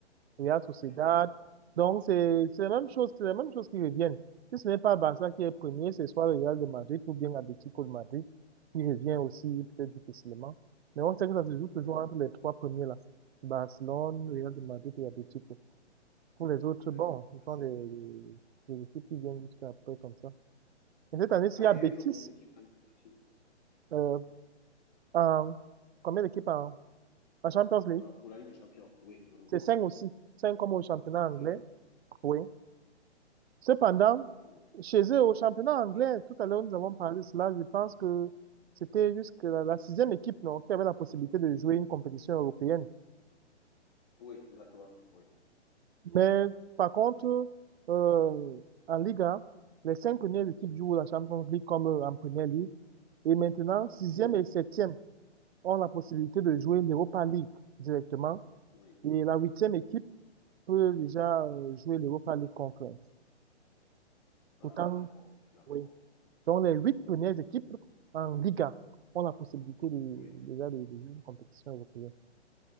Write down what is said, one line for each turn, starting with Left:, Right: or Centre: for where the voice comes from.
Right: Real Sociedad.
Left: Oui,
Right: Donc, c'est, c'est la même chose, c'est la même chose qui reviennent. Si ce n'est pas Barça qui est premier, c'est soit le Real de Madrid ou bien Atlético de Madrid qui revient aussi peut-être difficilement. Mais on sait que ça se joue toujours
Left: oui,
Right: entre les trois premiers là. Barcelone, Real de Madrid et Atlético. Pour les autres,
Left: oui,
Right: bon, ce sont
Left: ça c'est
Right: les, les,
Left: vrai.
Right: les équipes qui viennent jusqu'à peu comme ça. Et cette année, s'il
Left: Ah,
Right: y a
Left: et
Right: Betis,
Left: ils ont combien d'équipes qualificatives?
Right: euh, en, combien d'équipes en, en Champions League?
Left: Ah, pour la Ligue des Champions, oui. mhm.
Right: C'est cinq aussi. Cinq comme au championnat anglais.
Left: Cinq.
Right: Oui. Cependant,
Left: Mm.
Right: chez eux, au championnat anglais, tout à l'heure, nous avons parlé de cela. Je pense que c'était jusqu'à la, la sixième équipe, non, qui avait la possibilité de jouer une compétition européenne.
Left: Oui, exactement. Oui,
Right: Mais par contre, euh, en Liga, les cinq premières équipes jouent la Champions League comme euh, en Première Ligue. Et maintenant, sixième
Left: oui,
Right: et septième ont la possibilité de jouer l'Europa League directement.
Left: oui.
Right: Et la huitième équipe peut déjà euh, jouer l'Europa League Conference. Pourtant,
Left: Ah, d'accord, d'accord.
Right: oui. Donc les huit premières équipes en Liga ont la possibilité de,
Left: Oui,
Right: déjà de, de jouer une compétition européenne.